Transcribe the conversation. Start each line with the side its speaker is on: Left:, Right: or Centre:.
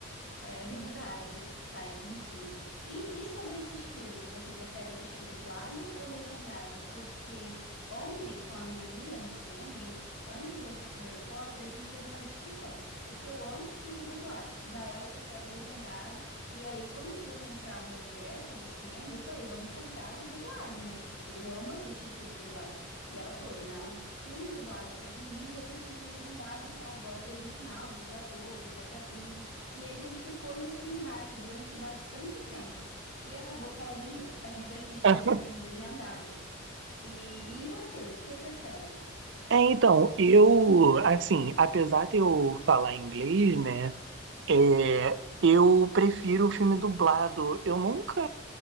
Left: É verdade, <laughs> faz sentido. E, e sobre esses filmes, você prefere assistir dublado ou legendado? Porque ontem, com a minha amiga no cinema, em- antes de assistir Harry Potter, a gente teve uma discussão. Porque eu amo filme dublado, já ela prefere legendado. E aí, quando eu fui comprar o meu ingresso do cinema, eu falei, vamos comprar o dublado, né? Porque eu amo assistir filme dublado. E ela falou, não, filmes dublados são ruins, eu prefiro legendado com a voz original dos atores, das atrizes. E a gente ficou nesse embate durante bastante tempo. E acabou que ela ganhou. A gente assistiu
Right: Ah,
Left: o filme legendado. E, e você, o que você prefere?
Right: É, então, eu, assim, apesar de eu falar inglês, né? É, eu prefiro o filme dublado. Eu nunca.